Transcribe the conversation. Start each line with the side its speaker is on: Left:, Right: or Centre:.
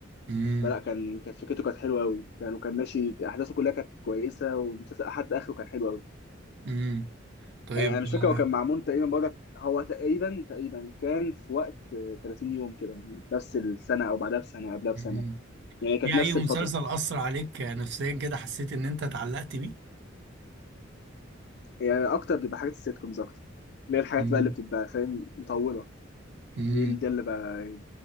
Right: مم،
Left: فلا كان كانت فكرته كانت حلوه قوي يعني وكان ماشي احداثه كلها كانت كويسه والمسلسل حتى اخره كان حلو قوي
Right: مم. طيب
Left: آه، انا مش فاكر هو
Right: آه،
Left: كان معمول تقريبا برضك هو تقريبا تقريبا كان في وقت آه، 30 يوم كده يعني نفس السنه او بعدها بسنه قبلها بسنه
Right: مم.
Left: يعني كانت
Right: في
Left: نفس
Right: أي مسلسل
Left: الفتره
Right: أثر عليك آه، نفسيا كده حسيت إن أنت اتعلقت بيه؟
Left: يعني اكتر بيبقى حاجات السيت كومز اكتر اللي هي الحاجات
Right: مم،
Left: بقى اللي بتبقى فاهم مطوله
Right: مم.
Left: دي ال- ده اللي بقى